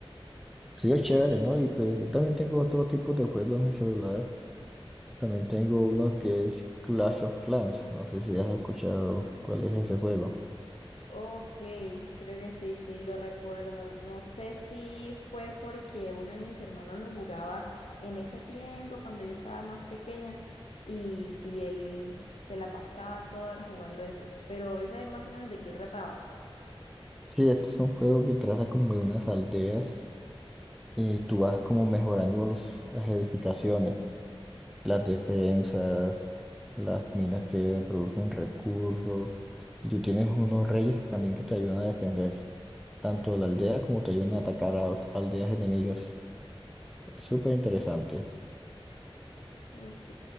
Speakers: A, in the centre; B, on the left (about 85°).
A: sí es chévere, ¿no? Y pero yo también tengo otro tipo de juego en mi celular. También tengo uno que es Clash of Clans. No sé si has escuchado cuál es ese juego.
B: Ok, creo que sí, sí, lo recuerdo. No sé si fue porque uno de mis hermanos lo jugaba en ese tiempo, cuando yo estaba más pequeña, y si él se la pasaba toda hora jugando ese. Pero ese más o menos de qué trataba.
A: Sí, este es un juego que trata como de unas aldeas y tú vas como mejorando los- las edificaciones, las defensas, las minas que producen recursos, y tú tienes unos reyes también que te ayudan a defender tanto la aldea como te ayudan a atacar a ot- aldeas enemigas. Es súper interesante.
B: Ok,